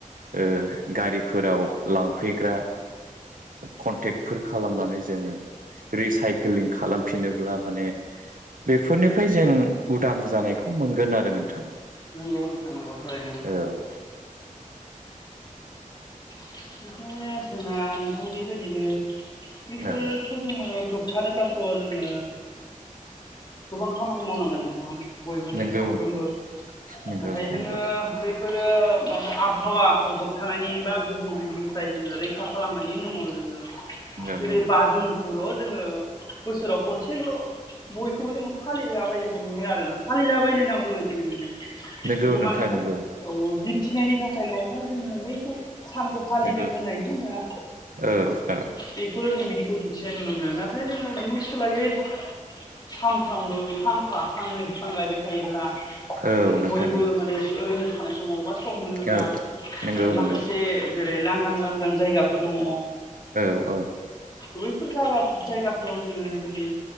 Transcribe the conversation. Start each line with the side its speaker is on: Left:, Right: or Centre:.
Right: ओ गारिफोराव लांफैग्रा कनटेक्टफोर खालामनानै जोङो रिसाइक्लिं खालामफिनोब्ला माने बेफोरनिफ्राय जों उदां जानायखौ मोनगोन आरो नोंथां।
Left: नंगौ नोंथां नांगौ थारैनो।
Right: औ
Left: बेखायनो जोंना नोंथां बेबायदिनो बेफोरखौ
Right: औ
Left: जोङो होब होबथानोबाथ' जोङो गोबां खामानि मावनांगोन नोंथां बयबो जों
Right: नंगौ
Left: साफ्रोमबो
Right: नंगौ
Left: नाथाय
Right: नंगौ
Left: जोङो बैफोरो माबा आबहावाखौ होबथानायनि बार गुबुंनिफ्राय जोङो रैखा खालामनायनि मुङाव जोङो
Right: नंगौ
Left: जेरै
Right: नंगौ
Left: बाजुन खौल' जोङो बोसोराव खनसेल' बयखौबो जोङो फालिलाबायनायखौ नुयो आरोना फालिलाबायनो होनना बुंनांसिगोन नोङो
Right: नंगौ
Left: बेखौ
Right: नोंथां
Left: मानोना
Right: नंगौ
Left: औ दिन्थिनायनि थाखाय नङाबा जोङो बैखौ सानखौ फालिदों
Right: नंगौ
Left: होननायनि होनोमबा
Right: औ औ
Left: बेखौल' जों बिदिखौ दिन्थिनाय नुनो मोनो नाथाय जोङो बिनि सोलायै सानफ्रामबो फांफा फांनै बिफां गायबाय थायोब्ला
Right: औ नोंथां
Left: बयबो
Right: नोंथां
Left: माने ओरैनो थानाय समाव बा सम मोनोब्ला
Right: औ नंगौ
Left: आरो माखासे
Right: नंगौ
Left: जेरै लांदां लांदां जायगाफोर दङ
Right: औ औ
Left: बैफोर जा जायगाफोराव जोङो जुदि